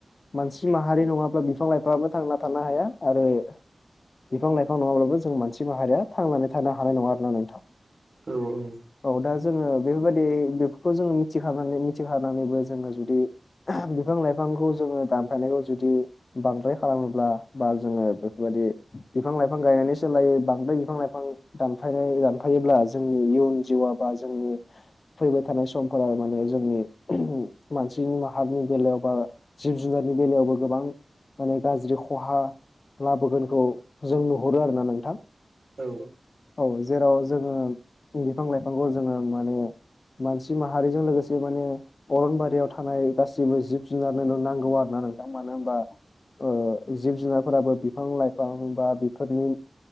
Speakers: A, on the left (about 60°); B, on the right (about 60°).
A: मानसि माहारि नङाब्ला बिफां लाइफाङाबो थांना थानो हाया आरो बिफां लाइफां नङाब्लाबो जों मानसि माहारिया थांनानै थानो हानाय नङा आरोना नोंथां।
B: औ औ।
A: औ दा जोङो बेफोरबायदि बेफोरखौ जोङो मिथिखानानै मिथिखानानैबो जोङो जुदि <unintelligible> बिफां लाइफांखौ जोङो दानफायनायखौ जुदि बांद्राय खालामोब्ला बा जोङो बेफोरबायदि बिफां लाइफां गायनानै सोलायो बांद्राय बिफां लाइफां दानफायनाय दानफायोब्ला जोंनि इयुन जिउआ बा जोंनि फैबाय थानाय समफोराव माने जोंनि मानसि माहारिनि बेलायाव बा जिब जुनारनि बेलायावबो गोबां माने गाज्रि खहा लाबोगोनखौ जों नुहरो आरोना नोंथां।
B: औ
A: औ जेराव जोङो बिफां लाइफांखौ जोङो माने मानसि माहारिजों लोगोसे माने अरनबारि बेयाव थानाय गासिबो जिब जुनारनोनो नांगौ आरोना नोंथां मानो होमबा ओ जिब जुनारफोराबो बिफां लाइफां बा बेफोरनि